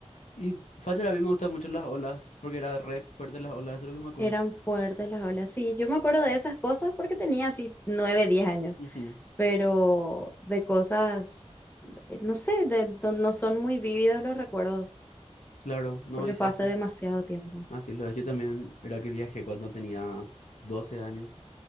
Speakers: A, on the left (about 80°); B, on the left (about 15°).
A: Y Facher, a mí me gustan mucho las olas, porque era re fuerte las olas, eso es lo que me acuerdo.
B: Eran fuertes las olas. Sí, yo me acuerdo de esas cosas porque tenía así nueve, diez años,
A: Ujú.
B: pero de cosas, eh, no sé, de- no, no son muy vívidos los recuerdos
A: Claro, no
B: porque
A: hice
B: fue
A: así.
B: hace demasiado tiempo.
A: Así lo es. Yo también era que viajé cuando tenía 12 años.